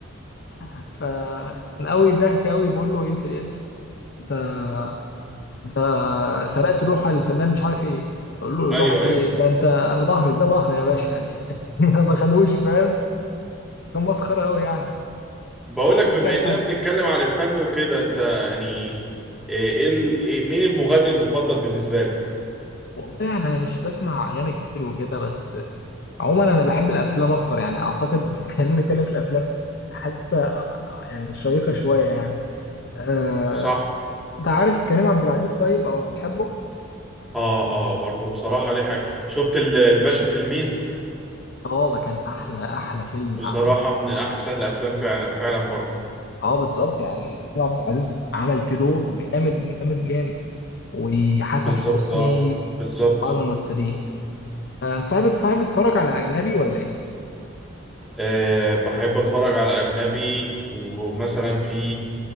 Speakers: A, on the left; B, in the centre.
A: <laughs> فكان قوي ضحك قوي بيقول له إيه في الاسم ده ده سرقت لوحة للفنان مش عارف إيه أقول له
B: ايوه
A: لوحة
B: ايوه
A: إيه ده أنت أنا ظهري ده ظهري يا باشا يعني <laughs> ما خدوش فاهم كان مسخرة قوي يعني
B: بقولك بما
A: بس كان
B: اننا
A: حلو
B: بنتكلم عن الفن وكده انت يعني ايه إيه ال... إيه مين المغني المفضل بالنسبه لك
A: والله يعني انا مش بسمع اغاني كتير وكده بس عموما انا بحب الافلام اكتر يعني اعتقد <laughs> خلينا نتكلم في الافلام حاسه يعني شيقه شويه يعني آه،
B: صح
A: انت عارف كريم عبد العزيز طيب او بتحبه
B: اه اه برضه بصراحه ليه حاجه شفت ال- الباشا تلميذ
A: اه ده كان احلى احلى فيلم
B: بصراحه
A: اتعمل
B: من احسن الافلام فعلا فعلا برضه
A: اه بالظبط يعني كريم عبد العزيز عمل فيه دور جامد جامد جامد وحسن
B: بالظبط
A: حسني
B: اه بالظبط
A: بعض الممثلين آه، انت صاحب بتتفرج على اجنبي ولا ايه
B: آه بحب اتفرج على اجنبي ومثلا في